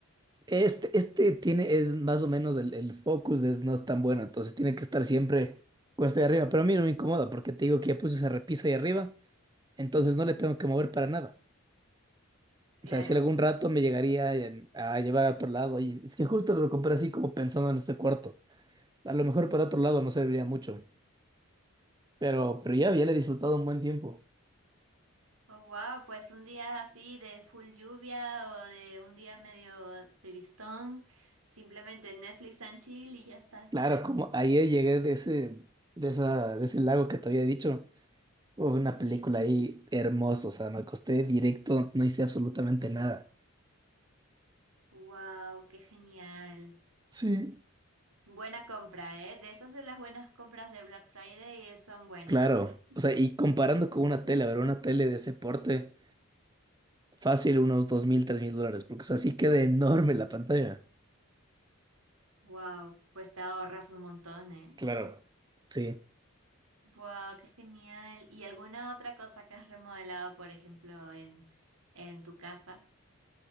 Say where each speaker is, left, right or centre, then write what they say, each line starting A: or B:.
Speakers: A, on the right (about 20°); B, on the right (about 85°).
A: Este, este tiene, es más o menos el, el focus, es no tan bueno, entonces tiene que estar siempre cuesta de arriba, pero a mí no me incomoda, porque te digo que ya puse esa repisa ahí arriba, entonces no le tengo que mover para nada.
B: Claro.
A: O sea, si algún rato me llegaría em, a llevar a otro lado, y es que justo lo compré así como pensando en este cuarto. A lo mejor para otro lado no serviría mucho. Pero, pero ya, ya le he disfrutado un buen tiempo.
B: Oh, wow, pues un día así de full lluvia o de un día medio tristón, simplemente Netflix and chill y ya está.
A: Claro, como ayer llegué de ese, de esa, de ese lago que te había dicho. Hubo una
B: Sí.
A: película ahí hermosa, o sea, me acosté directo, no hice absolutamente nada.
B: Wow, qué genial.
A: Sí,
B: Buena compra, ¿eh? De esas de las buenas compras de Black Friday eh, son buenas.
A: Claro, o sea, y comparando con una tele, a ver, una tele de ese porte, fácil unos dos mil, tres mil dólares, porque, o sea, sí queda enorme la pantalla.
B: Wow, pues te ahorras un montón, ¿eh?
A: Claro. Sí.
B: Wow, qué genial. ¿Y alguna otra cosa que has remodelado, por ejemplo, en, en tu casa?